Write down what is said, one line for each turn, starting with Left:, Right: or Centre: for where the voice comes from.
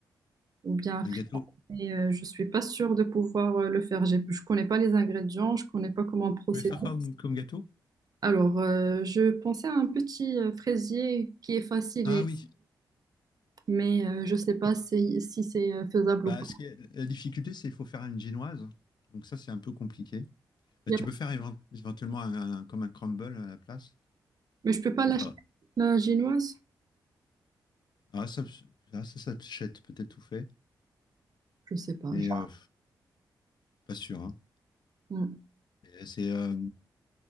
Right: ou bien un
Left: un
Right: frit,
Left: gâteau. Vous
Right: mais euh, je suis pas sûre de pouvoir euh, le faire. J'ai- Je connais pas les ingrédients, je connais pas comment procéder.
Left: pouvez faire quoi comme, comme gâteau?
Right: Alors euh, je pensais à un petit euh, fraisier qui est facile,
Left: Ah
Right: et-
Left: oui.
Right: mais euh, je sais pas si, si c'est euh, faisable
Left: Bah,
Right: ou pas.
Left: ce qui est- la difficulté, c'est qu'il faut faire une génoise. Donc, ça, c'est un peu compliqué. Mais
Right: y
Left: tu
Right: a-
Left: peux faire évent- éventuellement un, un- comme un crumble à la place
Right: Mais je peux pas
Left: pour
Right: l'acheter.
Left: faire.
Right: La génoise?
Left: Ah, ça, ah, ça, ça t'achète peut-être tout fait,
Right: Je sais pas.
Left: mais
Right: Je-
Left: euh, pas sûr. hein.
Right: Hmm.
Left: Et C'est, euh,